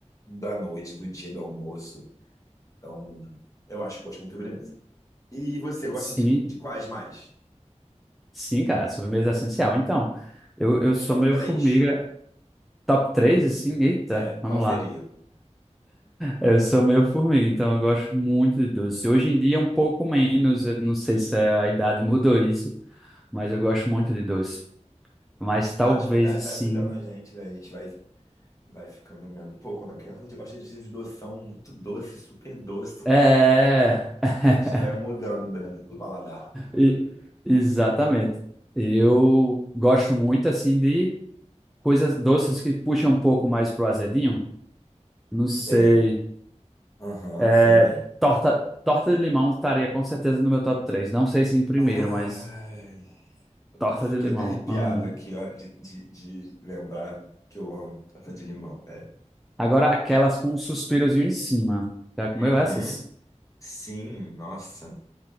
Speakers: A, on the left (about 25°); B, in the centre.
A: da noite, do dia do almoço. Então, eu acho que eu gosto muito de sobremesa. E você gosta
B: Sim,
A: de, de quais mais?
B: sim, cara, sobremesa é essencial. Então, eu, eu
A: Os
B: sou
A: top
B: meio
A: três
B: formiga. Top 3 assim, eita,
A: É,
B: vamos
A: qual seria?
B: lá. É, Eu sou meio formiga, então eu gosto muito de doce. Hoje em dia é um pouco menos, eu não sei se é, a idade <laughs> mudou isso, mas eu gosto muito de doce. Mas talvez
A: Ah, acho que a idade
B: assim.
A: vai mudando a gente, né? A gente vai Vai ficando menos. Pô, quando a criança eu gosta de doção muito doce, super doce.
B: É. <laughs>
A: Acho que vai mudando mesmo do paladar.
B: E- Exatamente. Eu gosto muito, assim, de coisas doces que puxam um pouco mais pro azedinho. Não sei.
A: Sei. Aham,
B: É,
A: sei bem.
B: torta, torta de limão estaria com certeza no meu top três Não sei se em primeiro,
A: Ai.
B: mas torta
A: Ui, fiquei
B: de limão,
A: até arrepiado
B: amo.
A: aqui, ó, de, de, de lembrar que eu amo torta de limão, velho.
B: Agora aquelas com um suspirozinho em cima. Já comeu
A: Uhum.
B: essas?
A: Sim, nossa.